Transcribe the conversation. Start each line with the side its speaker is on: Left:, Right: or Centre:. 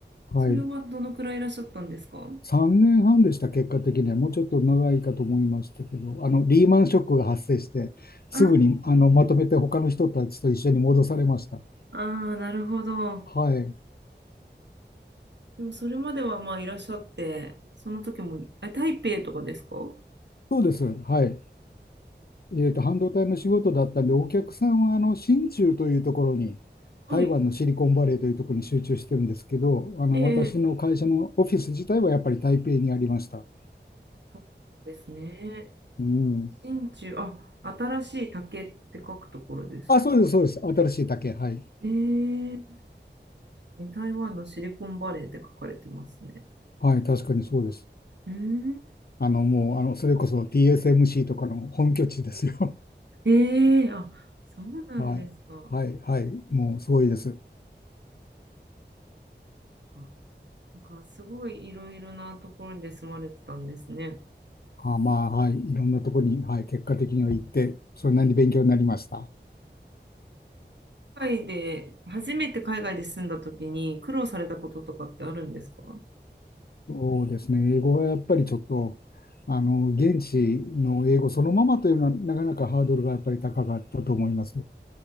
Left: はい。
Right: それはどのくらいいらっしゃったんですか
Left: 3年半でした、結果的には。もうちょっと長いかと思いましたけど、あの、リーマンショックが発生して、すぐに、
Right: あー
Left: あの、まとめて他の人たちと一緒に戻されました。
Right: あー、なるほど。
Left: はい。
Right: でもそれまではまあいらっしゃって、その時も、あ、台北とかですか
Left: そうです。はい。えっと、半導体の仕事だったんで、お客さんは、あの、新中というところに、
Right: はい。
Left: 台湾のシリコンバレーというところに集中してるんですけど、あの、
Right: ええ
Left: 私の会社のオフィス自体はやっぱり台北にありました。
Right: そうですね。
Left: うん。
Right: 真鍮、あ、新しい竹って書くところですか
Left: あ、そうです、そうです。新しい竹。はい。
Right: えー、確かに台湾のシリコンバレーって書かれてますね。
Left: はい、確かにそうです。
Right: うーん、
Left: あの、もう、あの、それこそ TSMC とかの本拠地ですよ。<laughs>
Right: えー、あ、そうなんですか。
Left: はい。はい、はい。もう、すごいです。
Right: かなんかすごいいろいろなところで住まれてたんですね。
Left: あ、まあ、はい。いろんなとこに、はい。結果的には行って、それなりに勉強になりました。
Right: 海外で、初めて海外で住んだ時に苦労されたこととかってあるんですか
Left: そうですね。英語はやっぱりちょっと、あの、現地の英語そのままというのは、なかなかハードルがやっぱり高かったと思います。